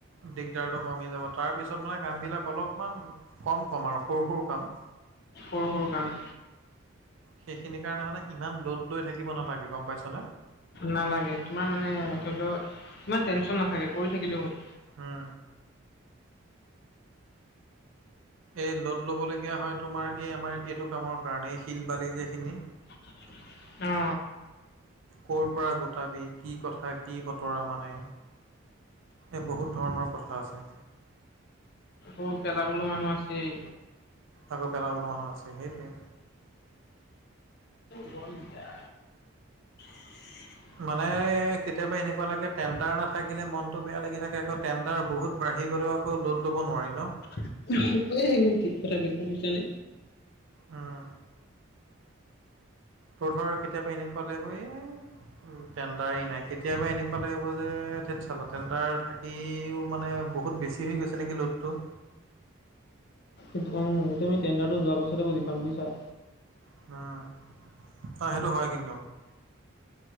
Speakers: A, on the right (about 70°); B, on the left (about 50°).
A: দিগদাৰটো কমি যাব, তাৰপিছত মানে কাম বিলাক অলপমান কম-কম আৰু সৰু-সৰু কাম।
B: সৰু-সৰু কাম।
A: সেইখিনি কাৰণে মানে ইমান লড লৈ থাকিব নালাগে গম পাইছ নে?
B: নালাগে তোমাৰ মানে ধৰিলোঁ, ইমান টেনচন নাথাকে কৰি থাকিলে হ'ল।
A: হা, এই লদ ল'বলগীয়া হয় তোমাৰ এই আমাৰ এইটো কামৰ কাৰণে এই শিল বালি যে এইখিনি।
B: <unintelligible>
A: ক'ৰ পৰা গোটাবি, কি কথা, কি বতৰা মানে। এ বহুত ধৰণৰ কথা আছে।
B: উম, পেলাবলো মানুহ আছেই।
A: আকৌ পেলাবলৈ মানুহ আছে, সেইটোৱে।
B: বল দিয়া <inaudible>
A: মানে কেতিয়াবা এনেকুৱা লাগে টেণ্ডাৰ নাথাকিলে মনটো বেয়া লাগি থাকে আকৌ টেণ্ডাৰ বহুত বাঢ়ি গলেওঁ আ আকৌ ল'ড ল'ব নোৱাৰি ন'।
B: <unintelligible> একদম ঠিক কথা কৈছা বুইছা নে।
A: উম তোৰ ধৰ কেতিয়াবা এনেকুৱা লাগিব এ উম, টেণ্ডাৰ নাই, কেতিয়াবা এনেকুৱা লাগিব যে ধেত চাল্লা টেণ্ডাৰ থাক ইও মানে বহুত বেছি হৈ গৈছে নেকি ল'ডটো।
B: উম, এইটো আমি টেণ্ডাৰটো যোৱাৰ পাছতে বুজি পাম বুইছা।
A: <unintelligible> অ, সেইটো হয় কিন্তু।